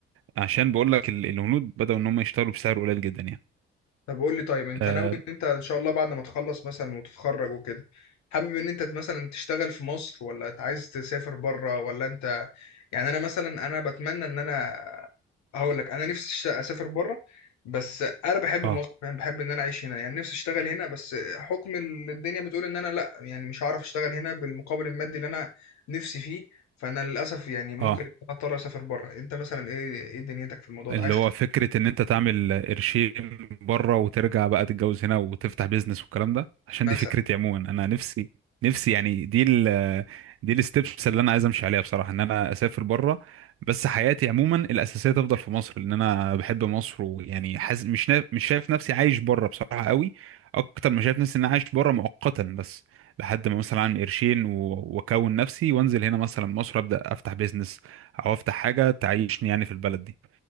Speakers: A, on the right; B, on the left.
A: عشان بقول لك ال- الهنود بدأوا ان هم يشتغلوا بسعر قليل جدا يعني
B: طب قول لي طيب انت
A: اه
B: ناوي ان انت ان شاء الله بعد ما تخلص مثلا وتتخرج وكده حابب ان انت مثلا تشتغل في مصر ولا انت عايز تسافر بره ولا انت يعني انا مثلا انا بتمنى ان انا هقول لك انا نفسي أشت- اسافر بره بس انا بحب
A: اه,
B: مصر فاهم بحب ان انا اعيش هنا يعني نفسي اشتغل هنا بس حكم ال- الدنيا بتقول ان انا لا يعني مش هعرف اشتغل هنا بالمقابل المادي اللي انا نفسي فيه فانا للاسف يعني ممكن
A: آه.
B: اضطر اسافر بره انت مثلا ايه ايه دنيتك في الموضوع
A: اللي
B: ده عايز
A: هو فكرة ان انت تعمل قرشين بره وترجع بقى تتجوز هنا وتفتح بيزنس والكلام ده عشان
B: مثلا
A: دي فكرتي عموما انا نفسي نفسي يعني دي ال دي الستبس اللي انا عايز امشي عليها بصراحة ان انا اسافر بره بس حياتي عموما الاساسية تفضل في مصر لان انا بحب مصر ويعني حاسس مش نا... مش شايف نفسي عايش بره بصراحة قوي اكتر ما شايف نفسي ان انا عايش بره مؤقتا بس لحد ما مثلا اعمل قرشين و- واكون نفسي وانزل هنا مثلا مصر ابدا افتح بيزنس او افتح حاجة تعيشني يعني في البلد دي